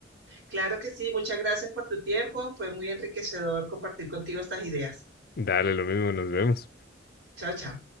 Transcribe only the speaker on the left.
Dale, lo mismo, nos vemos.